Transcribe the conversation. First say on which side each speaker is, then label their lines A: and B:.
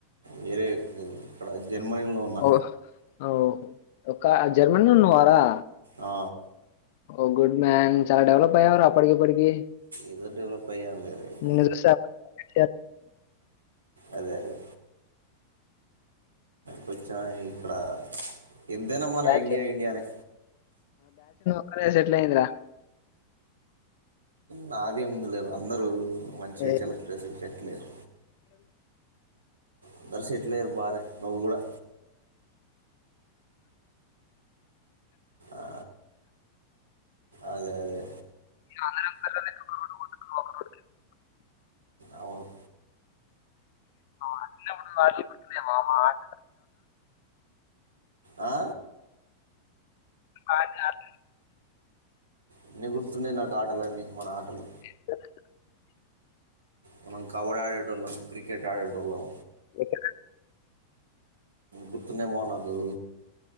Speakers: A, on the right; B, on the left.
A: వేర్ ఊ ఇక్కడ జర్మనీలో ఉన్న
B: ఓ ఓహో! ఒక జర్మనీలో ఉన్నవారా
A: ఆ
B: ఓగుడ్ మ్యాన్ చాలా డెవలప్ అయ్యావ్ రా ఫ్రీబడీ కి
A: ఏదో డెవలప్ అయ్యాం లేదు ఇక
B: నిన్ను చూస్తే అపర్ కి
A: అదే అదే కొచ్చం ఇక్కడ ఎంతైన మన
B: బ్యాచ్
A: ఇండియా ఇండియానే
B: అక్కడే సెట్లయ్యేది రా
A: నాదేముంది లే అందరూ మంచిగా
B: ఏ
A: చల చెట్లేదు అందరు సెట్లయ్యారు బానే నువ్వు కూడా ఆ అదే అదే
B: అందరం
A: అవును
B: అన్న కూడా ఆటలుతులేమమ్ ఆట
A: ఆ
B: ఆ కాని
A: అన్ని గుర్తున్నాయి నాకు ఆటలన్నీ మన ఆటలు
B: టనే
A: మనం కబడ్డీ ఆడేటోళ్ళం క్రికెట్ ఆడేటోళ్ళం
B: ఎక్కడ్
A: గుర్తున్నా బాగుండు